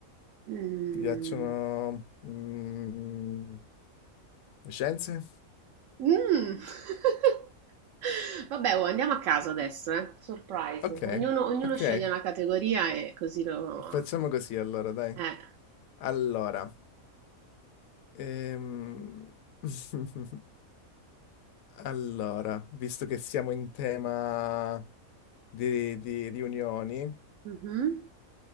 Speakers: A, on the right; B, on the left.
A: Mm.
B: Ti piacciono mm, le scienze?
A: Mm. <laughs> Vabbè, oh, andiamo a caso adesso, eh. Surprise.
B: Ok,
A: Ognuno, ognuno
B: ok,
A: sceglie una categoria e così lo...
B: facciamo così allora, dai.
A: Eh.
B: Allora, ehm... <laughs> Allora, visto che siamo in tema di, di riunioni,
A: Mhm.